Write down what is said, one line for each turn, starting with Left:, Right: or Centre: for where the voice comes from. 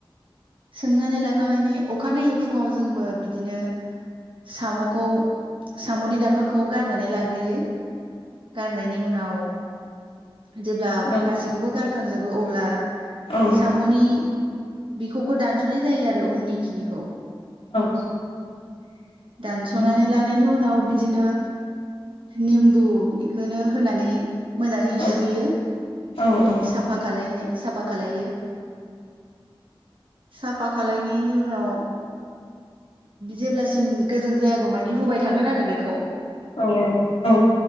Right: सोमनानै लाखांनायनि अखानायै फुङाव जोंबो बिदिनो साम'खौ साम'नि दाखोनखौ गारनानै लाग्रोयो। गारनायनि उनाव जेब्ला
Left: औ
Right: गासैखौबो गारखांजोबो अब्ला
Left: औ
Right: साम'नि बिखौ खौ दानस'नाय जायो आरो उननि खिनिखौ
Left: औ
Right: <inaudible> दानस'नानै
Left: नंगौ
Right: लानायनि उनाव बिदिनो निमबु इखोनो होनानै मोजाङै
Left: औ
Right: सुयो
Left: औ औ
Right: साफा खालायनो साफाखालायो साफा खालायनायनि उनाव जेब्लासिम गोजों जायागौ मानि हुबाय थागोन आरो बेखौ
Left: औ औ